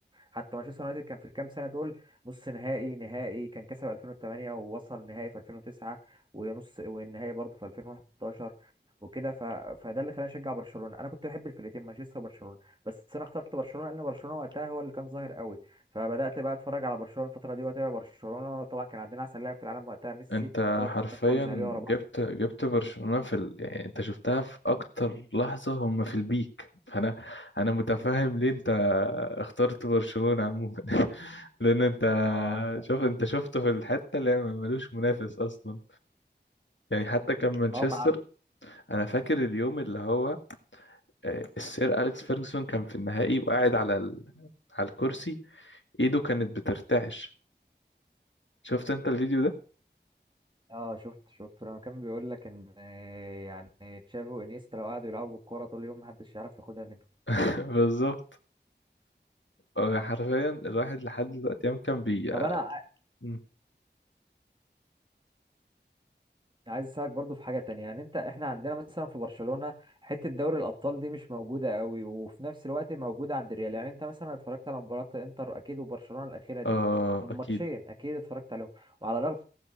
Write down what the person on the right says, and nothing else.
حتى مانشستر يونايتد كان في الكام سنه دول نص نهائي نهائي كان كسب 2008 ووصل نهائي في 2009 ونص والنهائي برضه في 2011 وكده ف... فده اللي خلاني اشجع برشلونه انا كنت بحب الفرقتين مانشستر وبرشلونه بس انا اخترت برشلونه لان برشلونه وقتها هو اللي كان ظاهر قوي فبدات بقى اتفرج على برشلونه الفتره دي واتابع برشلونه طبعا كان عندنا احسن لاعب في العالم وقتها ميسي
ثلاث
كور ذهبيه ورا
بعض
اه
اه مع ال-
اه شفت شفت لما كان بيقول لك ان آه، يعني تشافي وانيستا لو قعدوا يلعبوا بالكوره طول اليوم محدش يعرف ياخدها منهم
طب انا ع-
عايز اسالك برضو في حاجه تانية يعني انت احنا عندنا مثلا في برشلونه حته دوري الابطال دي مش موجوده قوي وفي نفس الوقت موجوده عند الريال يعني انت مثلا اتفرجت على مباراه انتر اكيد وبرشلونه الاخيره دي
الماتشين
اكيد اتفرجت عليهم وعلى الرغم